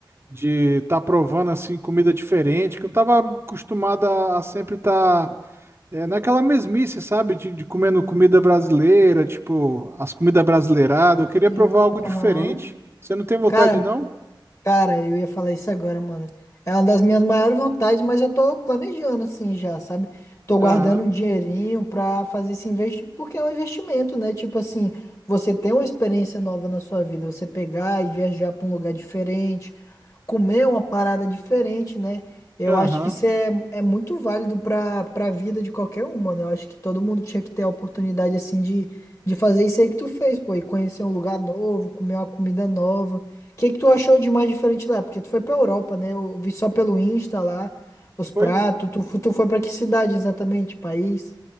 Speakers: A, on the right; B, on the left.
A: de tá provando, assim, comida diferente, que eu tava acostumado a, a sempre tá é, naquela mesmice, sabe? De, de comendo comida brasileira, tipo, as comidas brasileiradas. Eu queria
B: sim,
A: provar algo diferente.
B: aham.
A: Você não tem vontade,
B: Cara,
A: não?
B: cara, eu ia falar isso agora, mano. É uma das minhas maiores vontades, mas eu tô planejando assim já, sabe? Tô guardando
A: Aham,
B: um dinheirinho pra fazer esse investimento, porque é um investimento, né? Tipo assim, você tem uma experiência nova na sua vida, você pegar e viajar pra um lugar diferente, comer uma parada diferente, né? Eu
A: aham.
B: acho que isso é, é muito válido para para a vida de qualquer um, mano. Eu acho que todo mundo tinha que ter a oportunidade, assim, de, de fazer isso aí que tu fez, pô, e conhecer um lugar novo, comer uma comida nova. O que que tu achou de mais diferente lá? Porque tu foi pra Europa, né? Eu vi só pelo Insta lá, os pratos.
A: Pois
B: Tu, fu- tu foi pra que cidade exatamente? País?